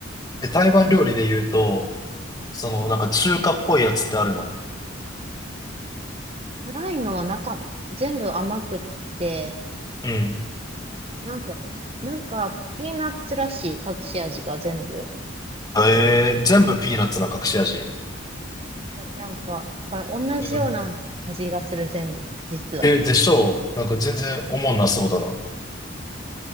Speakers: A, on the left; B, on the right.
A: え、台湾料理で言うと、そのなんか中華っぽいやつってあるの
B: うん。辛いのはなかった。全部甘くって、
A: うん。
B: なんか、なんか、ピーナッツらしい隠し味が全部。
A: えー、全部ピーナッツな隠し味。
B: そう、なんか、だから同じような味がする、
A: うん、
B: 全部、実は。
A: え、でしょうなんか全然おもんなそうだな。